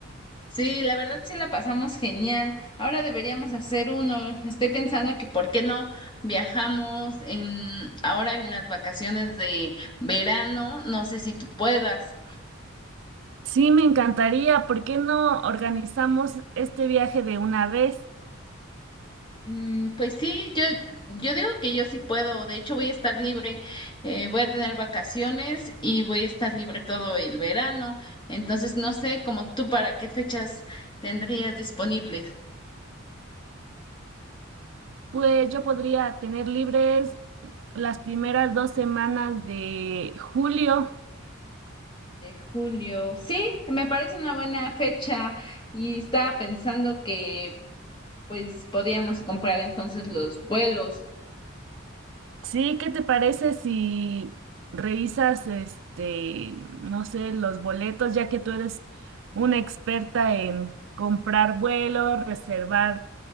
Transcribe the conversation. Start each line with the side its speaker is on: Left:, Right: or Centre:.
Left: Sí, la verdad sí la pasamos genial. Ahora deberíamos hacer uno. Estoy pensando que por qué no viajamos en ahora en las vacaciones de verano. No sé si tú puedas.
Right: Sí, me encantaría. ¿Por qué no organizamos este viaje de una vez?
Left: Mm, pues sí, yo, yo digo que yo sí puedo. De hecho, voy a estar libre. eh, voy a tener vacaciones y voy a estar libre todo el verano. Entonces, no sé, como tú, ¿para qué fechas tendrías disponibles?
Right: Pues yo podría tener libres las primeras dos semanas de julio.
Left: De julio. Sí, me parece una buena fecha y estaba pensando que pues podíamos comprar entonces los vuelos.
Right: Sí, ¿qué te parece si revisas, este, no sé, los boletos, ya que tú eres una experta en comprar vuelos, reservar,